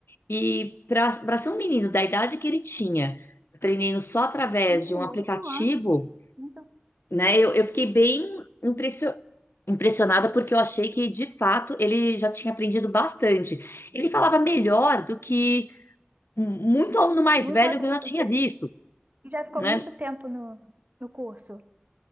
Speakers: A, on the left (about 75°); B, on the right (about 45°).
A: E para para ser um menino da idade que ele tinha, aprendendo só através
B: Um
A: de
B: com
A: um aplicativo,
B: oito anos, muito,
A: né? Eu, eu fiquei bem impressionada impressionada porque eu achei que de fato ele já tinha aprendido bastante. Ele falava melhor do que muito aluno mais
B: muito
A: velho
B: adulto,
A: que eu já tinha
B: porque
A: visto,
B: já ficou
A: né?
B: muito tempo no, no curso.